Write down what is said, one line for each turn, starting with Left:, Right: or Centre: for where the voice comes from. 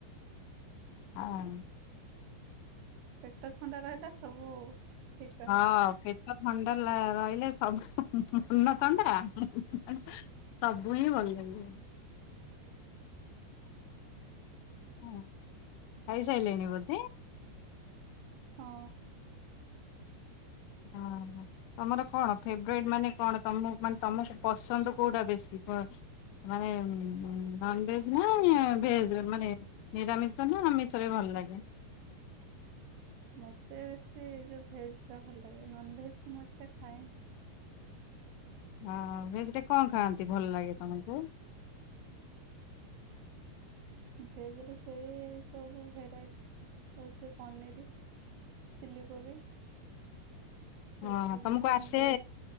Left: ଆ ହା।
Right: ପେଟ ଥଣ୍ଡା ରହିଲା ସବୁ। ଠିକ ରହେ।
Left: ହଁ ପେଟ ଥଣ୍ଡା ଲ ରହିଲେ ସବୁ ହୁଁ ହୁଁ ହୁଁ ମୁଣ୍ଡ ଥଣ୍ଡା ହୁଁ ହୁଁ ହୁଁ। ଆ ସବୁ ହିଁ ଭଲ ଲାଗିବ।
Right: <inaudible>
Left: ହଁ ଖାଇସାଇଲେଣି ବୋଧେ।
Right: ହଁ।
Left: ଓ ହୋ ତମର କଣ ଫେବରେଟ ମାନେ କଣ ତମ ମାନେ ତମକୁ ପସନ୍ଦ କୋଉଟା ବେଶୀ। ପ ମାନେ ଉଁ ନନ ଭେଜ ନା ଭେଜରେ ମାନେ ନିରାମିଷ ନା ଆମିଷରେ ଭଲ। ଭଲ ଲାଗେ।
Right: <inaudible> ମତେ ବେଶୀ ଏଇ ଯୋଉ ଭେଜ ଟା ଭଲ ଲାଗେ ନନ ଭେଜ ମୁଁ ଏତେ ଖାଏନି।
Left: ହଁ ଭେଜରେ କଣ ଖାଆନ୍ତି ଭଲ ଲାଗେ ତମକୁ?
Right: ଭେଜ ରେ ସେଇ ସବୁ ଭେରାଇଟି ହୋଉଛି ପନିରି। ଚିଲି କୋବି। ସେ
Left: ହଁ ତମକୁ
Right: ଭେଜ
Left: ଆସେ
Right: ବି